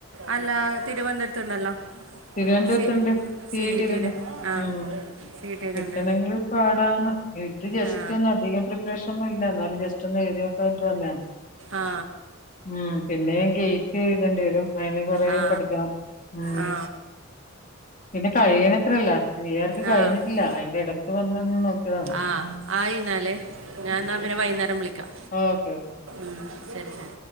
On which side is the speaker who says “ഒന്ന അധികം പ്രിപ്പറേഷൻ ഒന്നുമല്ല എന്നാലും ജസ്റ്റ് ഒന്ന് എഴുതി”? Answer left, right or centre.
Left